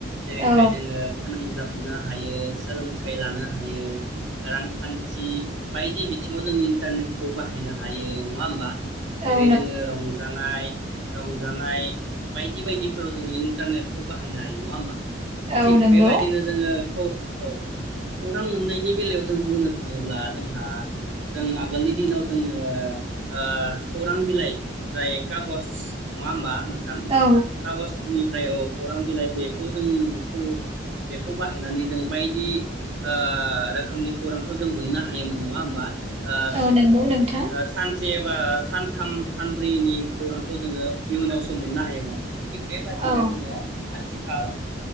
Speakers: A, on the right; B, on the right.
A: जेरैहाय
B: औ
A: जोङो फोनांजाब मोननो हायो सोलोंथाइ लानो हायो। रांखान्थि बायदि बिथिङाव जों इन्टारनेटखौ बाहायना हायो नङा होमबा? जेरै
B: औ
A: जोङो रंजानाय रंजानाय बायदि बायदिफोराव जोङो इन्टारनेटखौ बाहायनो हायो नङा होमबा
B: औ
A: थिग
B: नंगौ
A: बेबायदिनो जोङो औ औ खौरां मोननायनि बेलायाव जों बुंनो थाङोब्ला जोंहा जों आगोलनि दिनाव जोङो ओ ओ खौरां बिलाइ जाय खागस नङा होमबा नोंथां
B: औ
A: खागजनिफ्राय औ खौरां बिलाइ बेखौ जों खौ बेखौ बाहायनानै जों बायदि ओ रोखोमनि खौरांखौ जों मोननो हायोमोन नङा होमबा? ओ
B: औ नंगौ नोंथां।
A: ओ सानसे एबा सानथाम सानब्रैनि खौरांखौ जोङो इयुनावसो मोननो हायोमोन। थिग बेबायदिनो
B: औ
A: जोङो आथि खाल